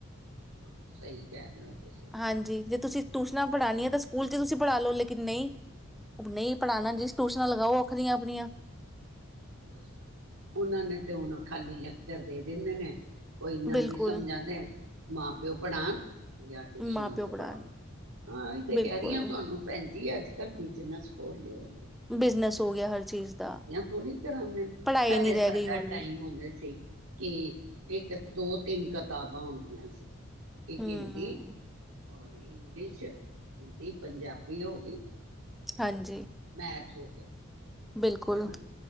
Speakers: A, on the right (about 85°); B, in the centre.
A: ਹਾਂ ਸਹੀ ਕਹਿ ਰਹੇ ਹੋ। ਤੁਸੀਂ
B: ਹਾਂਜੀ ਜਿ ਤੁਸੀਂ ਟਿਊਸ਼ਨਾਂ ਪੜਾਣੀਆਂ ਤਾਂ ਸਕੂਲ 'ਚ ਤੁਸੀਂ ਪੜ੍ਹਾ ਲਓ, ਲੇਕਿਨ ਨਹੀਂ। ਨਹੀਂ ਪੜਾਣਾ ਜੀ ਟਿਊਸ਼ਨਾਂ ਲਗਾਓ ਨੋਕਰੀਆਂ ਆਪਣੀਆਂ
A: ਦੱਸੋ, ਉਹਨਾਂ ਨੇ ਤੇ ਹੁਣ ਖਾਲੀ ਲੈਕਚਰ ਦੇ ਦਿੰਦੇ ਨੇ ਕੋਈ ਇੰਨਾ
B: ਬਿਲਕੁਲ
A: ਨਹੀਂ ਸਮਝਾ ਦੇ ਮਾਂ ਪਿਓ ਪੜ੍ਹਾਣ ਜਾਂ ਟਿਊਸ਼ਨਾਂ
B: ਮਾਂ ਪਿਓ
A: ਤੇ
B: ਪੜ੍ਹਾਣ
A: ਪੜ੍ਹਾਓ ਹਾਂ ਇਹ ਤੇ
B: ਬਿਲਕੁਲ
A: ਕਹਿ ਰਹੀ ਹ ਤੁਹਾਨੂੰ ਭੈ ਕੀ ਅੱਜ ਕੱਲ੍ਹ ਬਿਜਨਸ ਖੋਲ੍ਹੇ ਲਏ।
B: ਬਿਜਨਸ ਹੋ ਗਿਆ ਹਰ ਚੀਜ਼ ਦਾ।
A: ਥੋੜ੍ਹੀ
B: ਪੜ੍ਹਾਈ
A: ਪਹਿਲੇ
B: ਨਹੀਂ ਰਹਿ
A: ਸਾਡਾ
B: ਗਈ ਹੁਣ
A: ਟਾਈਮ
B: ਵੀ।
A: ਹੁੰਦੇ ਸੀ ਕਿ ਇੱਕ ਦੋ ਤਿੰਨ ਕਿਤਾਬਾਂ ਹੁੰਦੀਆਂ ਸੀ। ਇੱਕ
B: ਹੂੰ,
A: ਹਿੰਦੀ ਔਰ ਇੰਗਲਿਸ਼ ਇਕ ਪੰਜਾਬੀ ਹੋ ਗਈ।
B: ਹਾਂਜੀ
A: ਬਸ ਮੈਂ <unintelligible> ਗਿਆ।
B: ਬਿਲਕੁਲ
A: ਹਨਾ